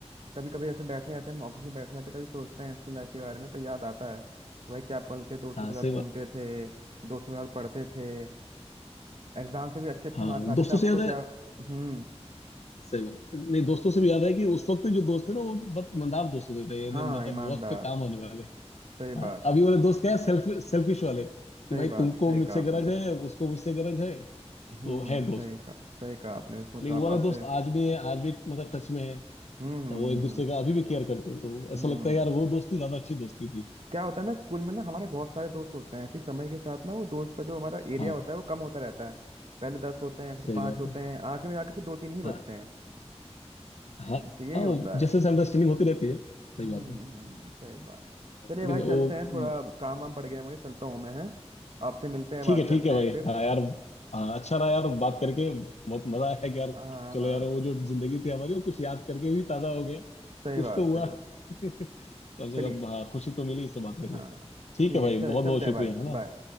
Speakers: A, on the right; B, on the left.
A: कभी कभी ऐसे बैठे रहते हैं हम ऑफिस में बैठे रहते हैं कभी सोचते हैं स्कूल लाइफ के बारे में तो याद आता है भाई क्या पल थे दोस्तों
B: हाँ
A: के
B: सही
A: साथ घूमते
B: बात
A: थे दोस्तों के साथ पढ़ते थे एग्जाम से भी अच्छे अच्छे
B: हाँ
A: मार्क्स आते
B: दोस्तों
A: थे अब
B: से याद
A: तो
B: है
A: क्या हम्म
B: सही बात नहीं दोस्तों से भी याद है कि उस वक्त जो दोस्त थे ना वो बहुत ईमानदार दोस्त होते थे यानी
A: हाँ
B: मतलब
A: ईमानदार
B: वक्त पे काम होने वाले
A: सही
B: हाँ
A: बात
B: अभी वाले दोस्त क्या है सेल्फ सेल्फिश वाले कि
A: सही
B: भाई
A: बात
B: तुमको
A: सही
B: मुझसे
A: कहा आपने
B: गरज है उसको मुझसे गरज है तो
A: हम्म
B: है
A: सही
B: दोस्त
A: कहा सही कहा
B: हाँ,
A: आपने उसमें
B: लेकिन
A: तो आप
B: वो वाला
A: आपसे
B: दोस्त आज भी है आज भी मतलब टच में है
A: हम्म हम्म
B: तो वो एक दूसरे का अभी भी केयर करते हैं तो ऐसा
A: हम्म
B: लगता है
A: हम्म,
B: यार वो दोस्ती ज्यादा अच्छी दोस्ती थी
A: क्या होता है ना स्कूल में ना हमारे बहुत सारे दोस्त होते हैं फिर समय के साथ ना वो दोस्त का जो हमारा एरिया
B: हाँ
A: होता है वो कम होता रहता है पहले दस होते हैं फिर
B: सही
A: पांच
B: बात
A: होते
B: है
A: हैं आखिर में जाकर फिर दो तीन ही बचते
B: हाँ
A: हैं
B: हाँ
A: हम्म, तो यही
B: हाँ,
A: होता
B: वो
A: है
B: जैसे अंडरस्टैंडिंग होती रहती है सही
A: हम्म
B: बात है
A: हम्म, सही बात चलिए
B: लेकिन
A: भाई
B: वो
A: चलते हैं
B: हम्म,
A: थोड़ा काम वाम पड़ गया है मुझे चलता हूँ मैं हैं आपसे मिलते हैं
B: ठीक
A: बात
B: है
A: करते
B: ठीक है भाई
A: हैं फिर
B: हाँ यार हाँ अच्छा रहा यार बात करके बहुत मजा आया कि यार
A: हाँ
B: चलो
A: हाँ
B: यार वो जो जिंदगी थी हमारी वो कुछ याद करके भी ताजा हो गया
A: सही
B: कुछ
A: बात
B: तो हुआ
A: सही
B: <laughs>
A: बात
B: कम से
A: चलिए
B: कम हाँ खुशी तो मिली इससे बात करके
A: हाँ
B: ठीक
A: ठीक
B: है
A: है
B: भाई
A: चल
B: बहुत
A: चलते
B: बहुत
A: हैं
B: शुक्रिया
A: Bye
B: है
A: bye
B: ना